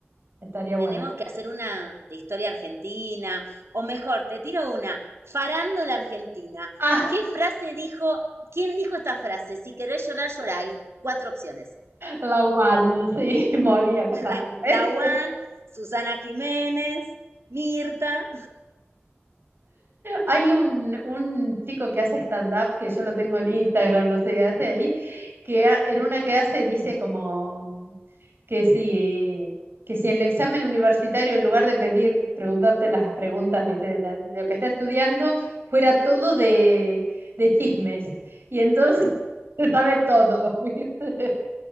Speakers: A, on the right (about 55°); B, on the right (about 75°).
A: estaría
B: tenemos
A: bueno.
B: que hacer una de historia argentina, o mejor, te tiro una, farándula argentina.
A: <laughs> Ah,
B: ¿Qué frase dijo, quién dijo esta frase? Si querés llorar, llorá. Hay cuatro opciones.
A: la One, sí, <laughs> moría
B: <laughs>
A: casada,
B: La, la
A: ¿ves?
B: Juan, Susana Jiménez, Mirta.
A: Hay un, un chico que hace stand-up, que yo lo tengo en Instagram, no sé qué hace ahí, que ha- en una que hace dice como mm, que si, que si el examen universitario, en lugar de pedir, preguntarte las preguntas, viste, de, la- de lo que está estudiando, fuera todo de, de chismes. Y entonces <laughs> se sabe todo, <laughs> ¿viste?